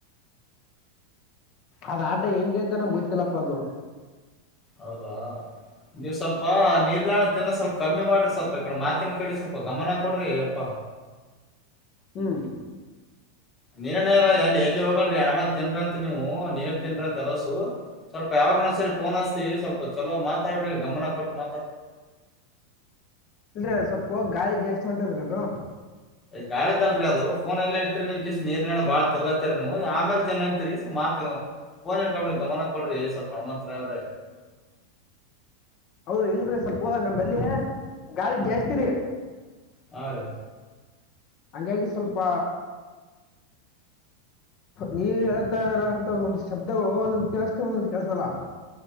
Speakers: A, on the left; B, on the left.
A: ಅದ ಆಟ ಹೆಂಗೆ ಅಂತ ನಮ್ಗೆ ಗೊ್ತ್ತಿಲ್ಲಪ್ಪ ಅದು
B: ಹೌದಾ ನೀವು್ ಸ್ವಲ್ಪ ನಿಲ್ದಾಣ ತಿಿಂದ ಸ್ವಲ್ಪ ಕಮ್ಮಿ ಮಾಡ ಸ್ವಲ್ಪ ಈಡೆ ಮಾತಿನ ಕಡೆ ಸ್ವಲ್ಪ ಗಮನ ಕೊಡ್ರಿ ಅಪ್ಪಾ
A: ಹ್ಮ್
B: ನೀರನ ಎಲ್ಲಿ ಎಲ್ಲಿ ಹೋಗಡ್ರಿ ಆಮೇಲ್ ತಿನ್್ರಂತ ನೀವು ನೀರ್ ತಿನ್್ರ ಅಂತ ಅರಸು ಸ್ವಲ್ಪ ಯಾವಾಗ ಒಂದ್ ಸರಿ ಫೋನ್ ಹಸ್ತಿವಿ ಸ್ವಲ್ಪ ಚಲೋ ಮಾತಾಡ್ರಿ ಗಮನ ಕೊಟ್ಟ ಮಾ
A: ಅಂದ್ರೆ ಸ್ವಲ್ಪ ಹ ಗಾಳಿಗೆ ಜಾಸ್ತಿ ಹೊಂಟದ್ರ ಅದು.
B: ಕಾಳಿ ಅಲ್ರಿ ಅದು ಫೋನ್ ಎಲ್ಲ ಇ್ರಿ ನಿಮ್ ಕ ನೀರ್ನ ಬಾಳ ತಿರ್ಲ ಆಮೇಲೆ ತಿನ್ನಂತೀರಿ ಸ ಮಾತ ೋನ್ ಇ ಕಡೆ ಗಮನ ಕೊಡ್ರಿ ಸ ಹಣವಂತರಾವ್ರೆ
A: ಹೌದ್ರಿ ಇಲ್ರರಿ ಸ್ವಲ್ಪ ನಮಲ್ಲಿ ಗಾಳಿ ಜಾಸ್ತಿರಿ
B: ಹಾ ರೀ
A: ಹಂಗಾಗಿ ಸ್ವಲ್ಪ ನೀವ ಹೇಳ್ತರ ಅಂತ ಒಂದಂದು ಶಬ್ದವು ಒಂದೊಂದ ಕೆೇಸತ ಒಂದೊಂದ ಕೆಲ್ಸಲ್ಲ